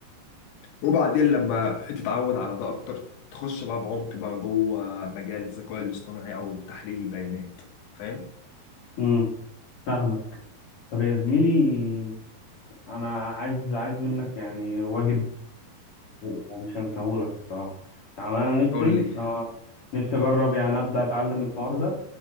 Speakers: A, on the left; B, on the left.
A: وبعدين لما تتعود على ده أكتر تخش بقى بعمق بقى جوه مجال الذكاء الاصطناعي أو تحليل البيانات فاهم؟
B: امم فاهمك طب يا زميلي انا عايز عايز منك يعني واجب و- ومش هنساهولك الصراحه يعني انا نفسي
A: قول لي
B: اه نفسي اجرب يعني ابدا اتعلم الحوار ده